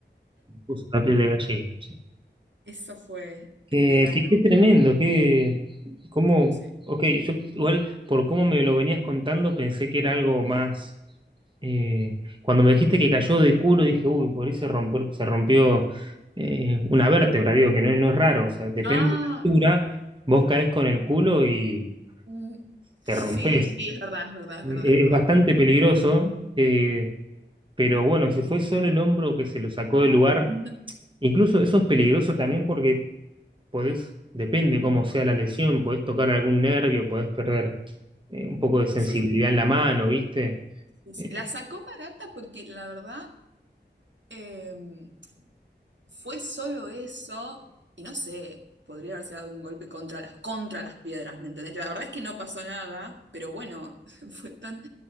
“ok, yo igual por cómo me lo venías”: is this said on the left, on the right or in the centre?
Right